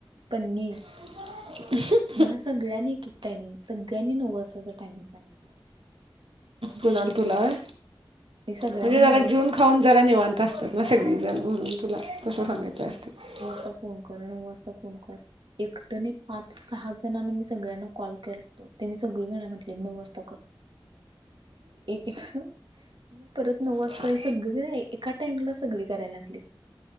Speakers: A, on the right; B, on the right.
A: पण मी
B: <unintelligible>
A: मला सगळ्यांनी एक एक टायमिंग, सगळ्यांनी नऊ वाजताच टायमिंग सांगितलंय.
B: कुणाला तिला होय
A: मी सगळ्यांना
B: म्हणजे
A: नऊ
B: मला
A: वाज
B: जेऊन खाऊन जरा निवांत असतात ना सगळीजण म्हणून तुला तसं सांगितलं असतील.
A: आता फोन कर नऊ वाजता फोन कर. एकट नाही पाच सहा त्यांना आणि मी सगळ्यांना कॉल करतो. त्यानी सगळी मला म्हंटलीत नऊ वाजता कर. एके मग परत नऊ वाजता
B: छान
A: हे सगळी की नाही एका टाइमला सगळी करायला लागली.